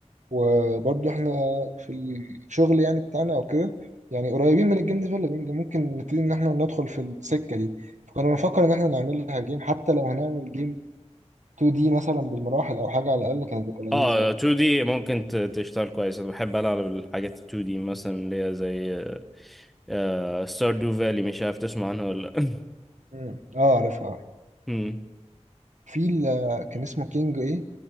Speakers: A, on the right; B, in the centre.
A: وبرضه احنا في الشغل يعني بتاعنا او كده يعني قريبين من الجيم ديفلوبينج ممكن نبتدي ان احنا ندخل في السكه دي فكنا بنفكر ان احنا نعملها جيم حتى لو هنعمل جيم 2D مثلا بالمراحل او حاجه على الاقل كانت هتبقى لذيذه
B: اه
A: يعني
B: 2D ممكن ت- تشتغل كويس انا بحب العب الحاجات 2D مثلا اللي هي زي آه ستاردو فالي مش عارف تسمع عنها ولا لأ.
A: مم. اه عارفها
B: <laughs> مم.
A: في ال- كان اسمه كينج ايه